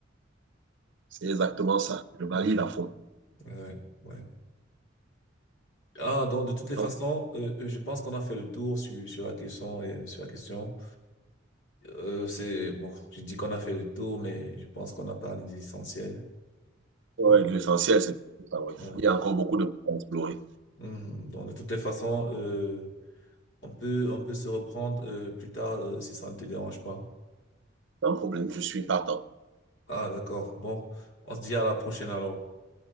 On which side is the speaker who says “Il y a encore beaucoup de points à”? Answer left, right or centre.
Right